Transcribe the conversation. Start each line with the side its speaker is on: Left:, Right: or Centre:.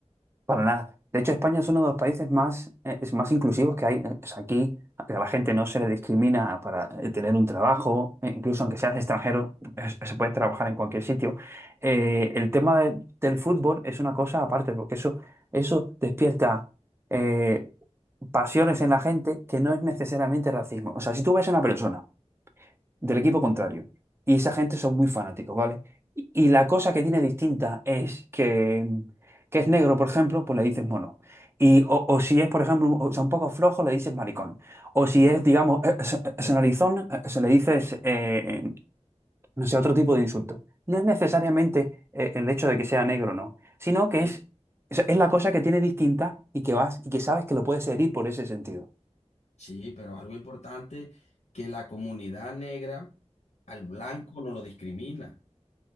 Right: Para nada. De hecho, España es uno de los países más, eh, es más inclusivos que hay. O sea, aquí a la gente no se le discrimina para eh, tener un trabajo, eh, incluso aunque seas extranjero, es- se puede trabajar en cualquier sitio. Eh, el tema de- del fútbol es una cosa aparte, porque eso, eso despierta eh, pasiones en la gente que no es necesariamente racismo. O sea, si tú ves a una persona del equipo contrario. Y esa gente son muy fanáticos, ¿vale? Y y la cosa que tiene distinta es que, que es negro, por ejemplo, pues le dices mono. Y, o, o si es, por ejemplo, un- o sea, un poco flojo, le dices maricón. O si
Left: Pero,
Right: es, digamos, eh, se- eh, se eh, se le dices, eh, eh, no sé, otro tipo de insulto. No es necesariamente
Left: no.
Right: eh, el hecho de que sea negro, no, sino que
Left: Y-
Right: es, es es la cosa que tiene distinta y que vas y que sabes que lo puedes herir por ese sentido.
Left: sí, pero algo importante, que la comunidad negra al blanco no lo discrimina.